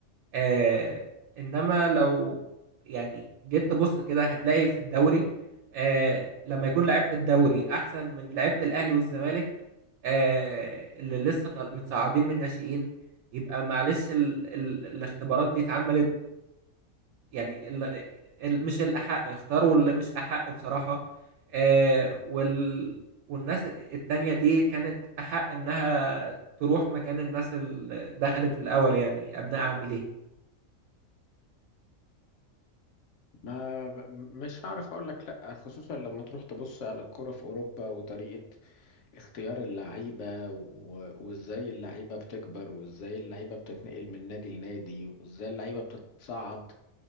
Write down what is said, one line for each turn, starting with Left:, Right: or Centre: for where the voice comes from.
Right: آه انما لو يعني جيت تبص كده هتلاقي في الدوري آه لما يكون لعيبة الدوري احسن من لعيبة الاهلي والزمالك آه اللي لسه طل- متصاعدين من الناشئين يبقى معلش ال ال الاختبارات دي اتعملت يعني ال... ال... مش الأحق اختاروا اللي مش أحق بصراحة آه وال... والناس التانية دي كانت أحق إنها تروح مكان الناس اللي دخلت في الأول يعني أبناء عاملين
Left: ما ب- مش هعرف اقول لك لا خصوصا لما تروح تبص على الكرة في اوروبا وطريقة اختيار اللعيبة و... وازاي اللعيبة بتكبر وازاي اللعيبة بتتنقل من نادي لنادي وازاي اللعيبة بتتصعد